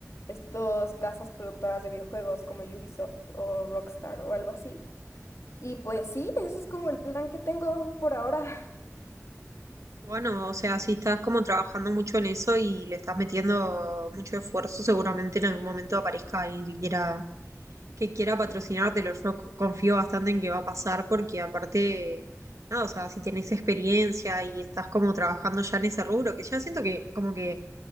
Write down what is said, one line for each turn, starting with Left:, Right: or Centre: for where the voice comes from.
Left: estos casas productoras de videojuegos como Ubisoft o Rockstar o algo así y pues sí, ese es como el plan que tengo por ahora.
Right: Bueno, o sea, si estás como trabajando mucho en eso y le estás metiendo mucho esfuerzo, seguramente en algún momento aparezca alguien que quiera que quiera patrocinártelo. Yo confío bastante en que va a pasar porque aparte, nada, o sea, si tenés experiencia y estás como trabajando ya en ese rubro, que ya siento que como que